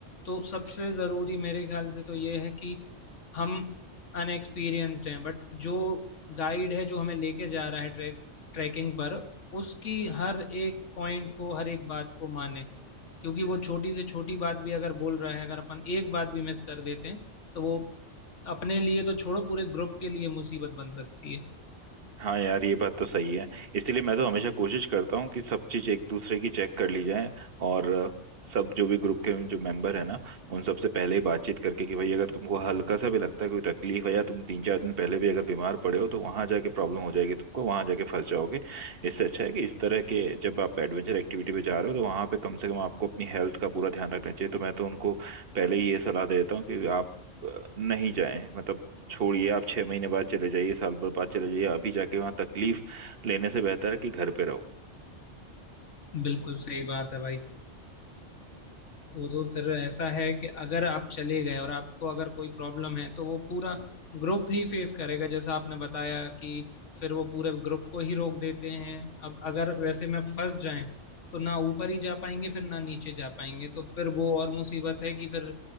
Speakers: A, on the left; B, on the right.
A: तो सबसे ज़रूरी मेरे ख्याल से तो ये है कि हम अनएक्सपीरियंस्ड हैं बट जो गाइड है जो हमें लेके जा रहा है ट्रैक ट्रैकिंग पर उसकी हर एक पॉइंट को हर एक बात को माने क्योंकि वो छोटी से छोटी बात भी अगर बोल रहा है अगर अपन एक बात भी मिस कर देते हैं तो वो अपने लिए तो छोड़ो पूरे ग्रुप के लिए मुसीबत बन सकती है
B: हाँ यार ये बात तो सही है इसलिए मैं तो हमेशा कोशिश करता हूँ कि सब चीज एक दूसरे की चेक कर ली जाए और अ, सब जो भी ग्रुप के जो मेंबर है ना उन सबसे पहले ही बातचीत करके कि भाई अगर तुमको हल्का सा भी लगता है कोई तकलीफ है या तुम तीन चार दिन पहले भी अगर बीमार पड़े हो तो वहां जाके प्रॉब्लम हो जाएगी तुमको वहां जाके फंस जाओगे इससे अच्छा है कि इस तरह के जब आप एडवेंचर एक्टिविटी पे जा रहे हो तो वहां पे कम से कम आपको अपनी हेल्थ का पूरा ध्यान रखना चाहिए तो मैं तो उनको पहले ही ये सलाह दे देता हूँ कि आप अ, नहीं जाएं मतलब छोड़िए आप छह महीने बाद चले जाइए साल भर बाद चले जाइए अभी जाके वहां तकलीफ लेने से बेहतर है कि घर पे रहो
A: बिल्कुल सही बात है भाई वो तो फिर ऐसा है कि अगर आप चले गए और आपको अगर कोई प्रॉब्लम है तो वो पूरा ग्रुप ही फेस करेगा जैसा आपने बताया कि फिर वो पूरे ग्रुप को ही रोक देते हैं अब अगर वैसे में फंस जाएं तो ना ऊपर ही जा पाएंगे फिर ना नीचे जा पाएंगे तो फिर वो और मुसीबत है कि फिर